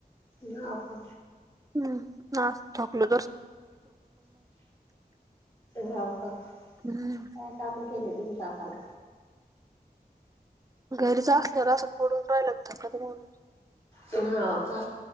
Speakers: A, on the left; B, on the right.
A: नाका
B: हम् ना थकलो
A: राव का काय
B: हम्म
A: काम केले तुम्ही थकाला?
B: घरीच असल्या र असं पडून राहिलं थकत म्हण.
A: होय का?